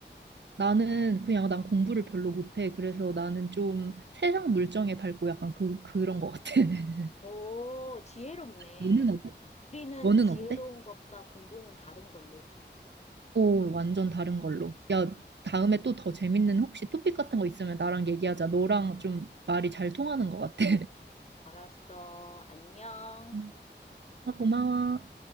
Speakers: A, on the right (about 70°); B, on the left (about 35°).
A: 나는 그냥 난 공부를 별로 못해. 그래서 나는 좀 세상 물정에 밟고 약간 그, 그런 것 같아. <laughs>
B: 오, 지혜롭네.
A: 너는, 어-
B: 우리는
A: 너는
B: 지혜로운
A: 어때?
B: 것과 공부는 다른 걸로.
A: 오, 완전 다른 걸로. 야, 다음에 또 더 재밌는 혹시 토픽 같은 거 있으면 나랑 얘기하자. 너랑 좀 말이 잘 통하는 것 같아.
B: 알았어. 안녕.
A: <laughs> 아, 고마워.